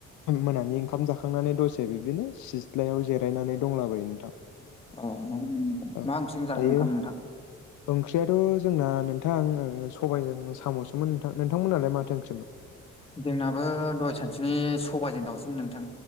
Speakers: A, on the left (about 75°); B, on the left (about 20°).
A: मोनानि ओंखाम जाखांनानै दसे बिब्दिनो सिथ्लायाव जिराय नानै दंलाबायो नोंथां।
B: अ नों <inaudible>
A: औ
B: मा ओंख्रिजों जाखो
A: दायो
B: ओंखाम नोंथां?
A: ओंख्रियाथ' जोंना नोंथां सबायजों साम'सोमोन नोंथां नोंथांमोनालाय माथो ओंख्रिमोन?
B: जोंनाबो दहाय सानसुनि सबायजों दाउसोमोन नोंथां।